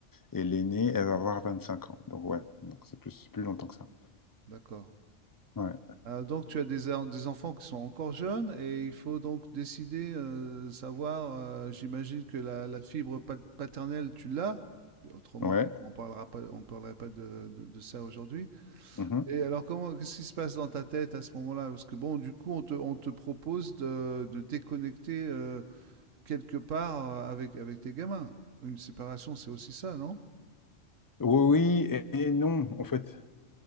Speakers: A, on the left (about 25°); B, on the right (about 85°).
A: Et l'aînée, elle va avoir 25 ans. Donc ouais, donc c'est plus, c'est plus longtemps que ça.
B: d'accord.
A: Ouais.
B: Heu, donc tu as des en des enfants qui sont encore jeunes et il faut donc décider, heu, savoir, heu, j'imagine que la la fibre pat paternelle tu l'as? mais Autrement
A: Ouais.
B: on parlera pas on parlerait pas de de de ça aujourd'hui
A: mhm.
B: et alors comment qu'est-ce qui se passe dans ta tête à ce moment-là? Parce que bon du coup on te on te propose de de déconnecter, heu, quelque part, heu, avec avec tes gamins. Une séparation c'est aussi ça, non?
A: Oui, oui et, et non, en fait.